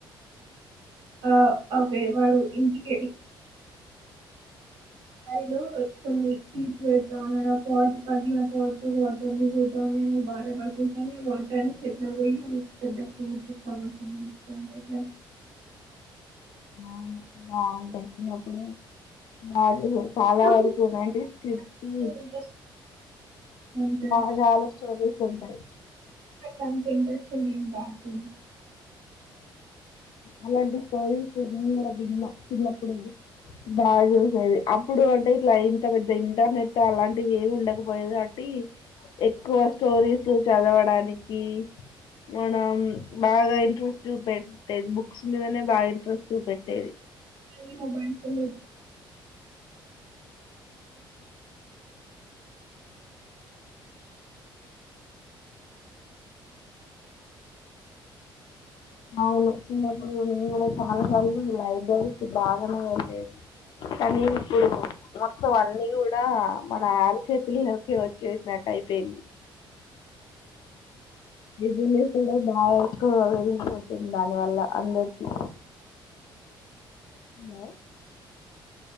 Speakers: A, on the right; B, on the left.
A: ఆ అవే వాడు ఇంటికె ల్ కరిలో కొన్ని తీ పెడుతా <unintelligible>
B: అవును బాగుంటాయి నప్పుడు బాగ్ చాలా
A: అప్పుడు
B: వరకు
A: స్టోరీస్
B: నైన్టిస్ కిడ్స్కి
A: ఇంట్రెస్ట్ అంత
B: బా చాలా స్టోరీస్ ఉంటాయి
A: నాకంత ఇంట్రెస్ంగ్ బ <unintelligible>
B: అలాంటి స్టోరీస్ నిను కూడా విన్న చిన్నప్పుడు బాగా చూసేది అప్పుడు అంటే ఇట్లా ఇంత పెద్ద ఇంటర్నెట్ అలాంటివి ఏమి ఉండకపోయేది కాబట్టి ఎక్కువ స్టోరీస్ చదవడానికి మనం బాగా ఇంట్రె చూపెట్టేది బుక్స్ మీదనే బాగా ఇంట్రెస్ట్ చూపెట్టేది
A: న్ని మొబైల్ <unintelligible> <inaudible>
B: అవును చిినప్పుడు నేను కూడా చాలాసార్లు లైబ్రరీకి బాగానే వెళ్లేది కానీ ఇప్పుడు మొత్తం అన్నీ కూడా మన అరిచేతుల్లోకే వచ్చేసినట్టు అయిపోయింది బిజీనేస్ కూడా బాగా ఎక్కువగా పెరిగిపోతుంది దాని వల్ల అందరికి హ